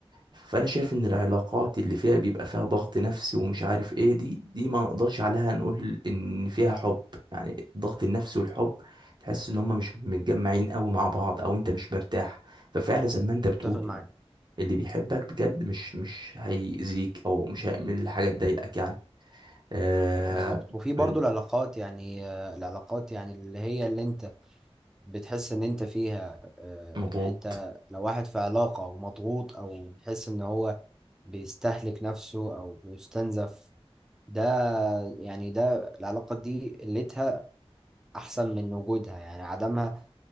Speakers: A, on the right (about 45°); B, in the centre.
A: فانا شايف ان العلاقات اللي فيها بيبقى فيها ضغط نفسي ومش عارف ايه دي دي ما نقدرش عليها نقول ان فيها حب يعني الضغط النفسي والحب تحس ان هما مش متجمعين قوي مع بعض او انت مش مرتاح ففعلا زي ما انت بتقول
B: متفق معاك
A: اللي بيحبك بجد مش مش هيأذيك او مش هيعمل حاجه تضايقك يعني آه
B: بالظبط وفي برضو
A: من
B: العلاقات يعني آه، العلاقات يعني اللي هي اللي أنت بتحس إن أنت فيها آه،
A: مضغوط
B: يعني أنت لو واحد في علاقة ومضغوط أو بتحس إن هو بيستهلك نفسه أو بيستنزف ده يعني ده العلاقة دي قلتها احسن من وجودها يعني عدمها